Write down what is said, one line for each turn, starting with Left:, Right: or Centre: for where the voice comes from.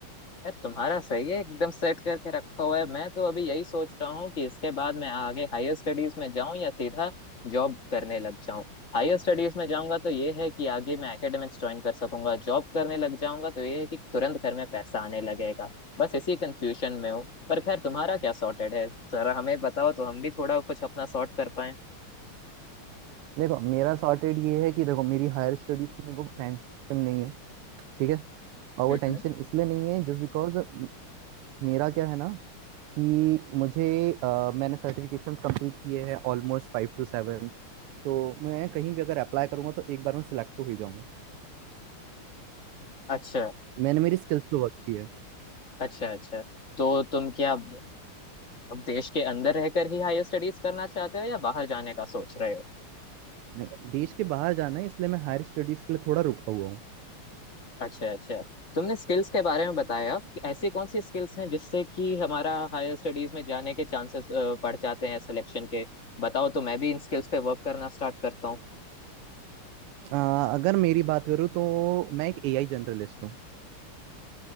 Left: यार तुम्हारा सही है एकदम सेट करके रखा हुआ है मैं तो अभी यही सोच रहा हूँ कि इसके बाद मैं आगे हायर स्टडीज में जाऊँ या सीधा जॉब करने लग जाऊँ हायर स्टडीज में जाऊंगा तो ये है कि आगे मैं एकेडमिक्स ज्वाइन कर सकूंगा जॉब करने लग जाऊंगा तो ये है कि तुरंत घर में पैसा आने लगेगा बस इसी कंफ्यूजन में हूँ पर खैर तुम्हारा क्या सॉर्टेड है जरा हमें बताओ तो हम भी थोड़ा कुछ अपना सॉर्ट कर पाए
Right: देखो मेरा सॉर्टेड ये है कि देखो मेरी हायर स्टडीज की मेरे को टेंशन नहीं है ठीक है और वो
Left: हम्म।
Right: टेंशन इसलिए नहीं है जस्ट बिकॉज मेरा क्या है ना कि मुझे अ, मैंने सर्टिफिकेशन कंप्लीट किए हैं ऑलमोस्ट फाइव टू सेवन तो मैं कहीं भी अगर अप्लाई करूंगा तो एक बार में सिलेक्ट तो हो ही जाऊंगा
Left: अच्छा
Right: मैंने मेरी स्किल्स पे वर्क की है
Left: अच्छा अच्छा तो तुम क्या अब अब देश के अंदर रहकर ही हायर स्टडीज करना चाहते हो या बाहर जाने का सोच रहे हो
Right: नहीं देश के बाहर जाना है इसलिए मैं हायर स्टडीज के लिए थोड़ा रुका हुआ हूँ
Left: अच्छा अच्छा तुमने स्किल्स के बारे में बताया कि ऐसी कौन सी स्किल्स हैं जिससे कि हमारा हायर स्टडीज में जाने के चांसेस बढ़ जाते हैं सिलेक्शन के बताओ तो मैं भी इन स्किल्स पे वर्क करना स्टार्ट करता हूँ
Right: अ, अगर मेरी बात करूँ तो मैं एक एआई जनरलिस्ट हूँ